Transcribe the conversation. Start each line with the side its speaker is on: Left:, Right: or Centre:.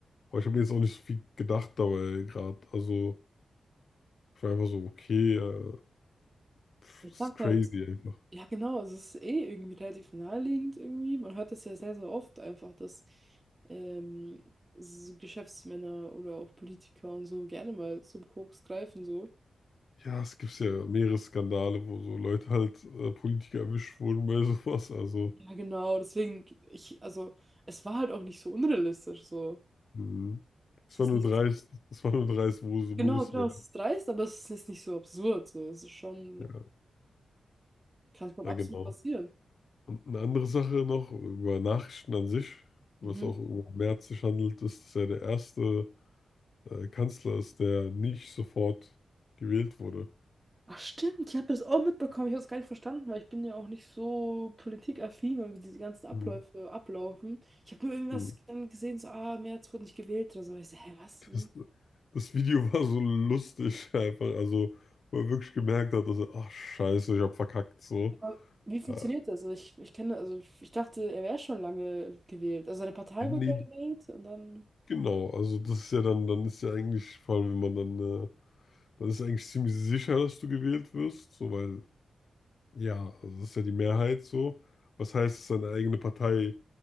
Left: Aber ich habe mir jetzt auch nicht so viel gedacht dabei gerade. Also ich war einfach so, okay, äh, pff,
Right: Ich
Left: ist
Right: dachte
Left: crazy
Right: halt,
Left: einfach.
Right: ja genau, also es ist eh irgendwie relativ naheliegend irgendwie. Man hört das ja sehr, sehr oft einfach, dass ähm, s- Geschäftsmänner oder auch Politiker und so gerne mal zum Koks greifen so.
Left: Ja, es gibt ja mehrere Skandale, wo so Leute halt äh, Politiker erwischt wurden bei <laughs> sowas. Also,
Right: Ja, genau, deswegen, ich, also, es war halt auch nicht so unrealistisch, so.
Left: mh.
Right: Es
Left: Es
Right: ist
Left: war nur
Right: nicht,
Left: dreist, es war nur dreist, wo,
Right: genau,
Left: wo es
Right: genau,
Left: wäre.
Right: es ist dreist, aber es ist jetzt nicht so absurd, so. Es ist schon,
Left: Ja,
Right: kann schon
Left: ja,
Right: absolut
Left: genau.
Right: passieren.
Left: Und eine andere Sache noch über Nachrichten an sich, was
Right: Mhm.
Left: auch über Merz sich handelt, ist, dass er der erste äh, Kanzler ist, der nicht sofort gewählt wurde.
Right: Ach, stimmt, ich habe das auch mitbekommen, ich habe es gar nicht verstanden, weil ich bin ja auch nicht so politikaffin und wie diese ganzen Abläufe
Left: Mhm.
Right: ablaufen. Ich habe nur irgendwas
Left: Mhm.
Right: dann gesehen, so, ah, Merz wurde nicht gewählt oder so. Ich so, hä, was, wie?
Left: Das, das Video <laughs> war so lustig, einfach, also wo er wirklich gemerkt hat, dass er, ach Scheiße, ich hab verkackt, so.
Right: Aber wie funktioniert
Left: Äh,
Right: das? Also ich, ich kenne, also ich ich dachte, er wäre schon lange gewählt. Also seine Partei
Left: nee,
Right: wurde ja gewählt und dann.
Left: genau, also das ist ja dann, dann ist ja eigentlich, vor allem wenn man dann, äh, dann ist eigentlich ziemlich sicher, dass du gewählt wirst, so weil Ja, also das ist ja die Mehrheit so. Was heißt, dass seine eigene Partei